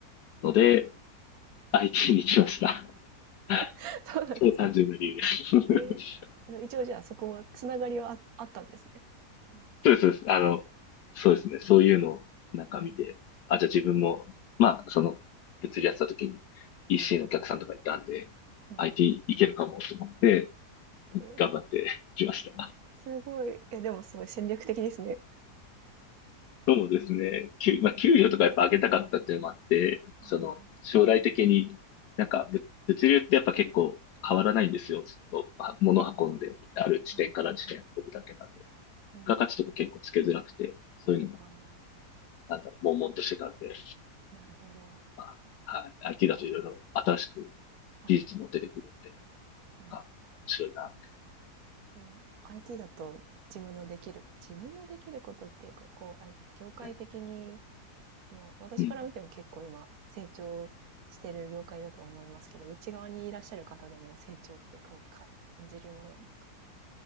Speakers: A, on the left; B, on the right.
A: ので、IT に来ました。<laughs>
B: <laughs> そうなんですね。
A: 超単純な理由です。
B: ええ、あの、一応じゃあそこはつながりはああったんですね。
A: <laughs>
B: うん。
A: そうです、そうです。あの、そうですね。そういうのをなんか見て、あ、じゃあ自分も、まあ、その、物理やってた時に EC
B: はい。
A: のお客さんとかいたんで、
B: うん。
A: IT いけるかもと思って、
B: ええ、
A: 頑張ってきました。
B: すごい。え、でもすごい戦略的ですね。
A: そうですね。給、まあ、給料とかやっぱ上げたかったっていうのもあって、
B: ああ、
A: その、将来的に、
B: はい。
A: なんか物、物流ってやっぱ結構変わらないんですよ。
B: うん。
A: ずっと、まあ、物運んで、
B: あ
A: ある地点から地点運ぶだけなんで。
B: あ、はい。
A: 付
B: うん。
A: 加価値とか結構つけづらくて、そういうのも、
B: あ
A: なんだろう、悶々としてたんで、
B: あ、なるほど。
A: まあ、はい、IT だといろいろ新しく
B: はい。
A: 技術も出てくるんで、
B: なるほど。
A: まあ、面白いなって、
B: え IT だと自分のできる自分のできることっていうか、こう、あれですか、業界的に
A: はい。
B: まあ、私から見ても結構今、
A: うん。
B: 成長してる業界だとは思いますけど、内側にいらっしゃる方でも成長ってこうか感じるものなんですか